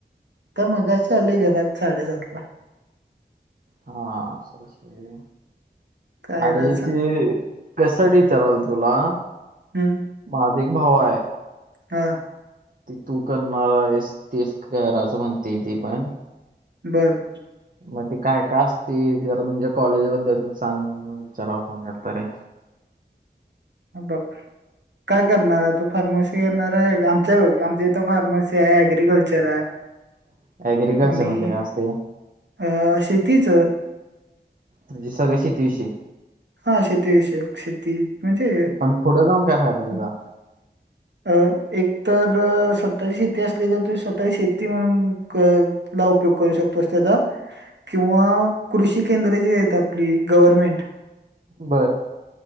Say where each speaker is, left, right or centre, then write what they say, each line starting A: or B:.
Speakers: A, on the right; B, on the right.
A: तरं मगांशी आलों घरांत साडेसात
B: हा असं असते
A: काय
B: अरे
A: करायचं सांग
B: ते कशासाठी विचारतो तुला
A: हम्मं
B: माझा एक भाव आहे
A: हा
B: ते तू करणारं आहेस तेस ती करायजं म्हणते ती पणं
A: बर
B: मग ते काय काय असततील जरा तुमच्या कॉलेजाबद्दल सांग विचारा आपण बरत रे
A: हे बाघ काय करणार आहे तो फार्मसी करणार आहे आमच्या आमच्या इथं फार्मसी आहे अग्रिकल्चर आहे
B: <inaudible> ऍग्रिकल्चर
A: आणि
B: म्हणजे काय असते
A: अ शेतीच
B: म्हणजे सगळंशी शेती विषई
A: हा शेती विषयक शेती म्हणजे
B: पण पुोढं जाऊन काय फायदा
A: अ,
B: तिचा
A: अ एक तर स्वतःची शेती असली तर तु स्वतःची शेती म्हणून कर आपला उपयोग करू शकतोस त्याचा किंवा कृषी केंद्र जी आहेतेत आपली गवर्नमेंट
B: बरं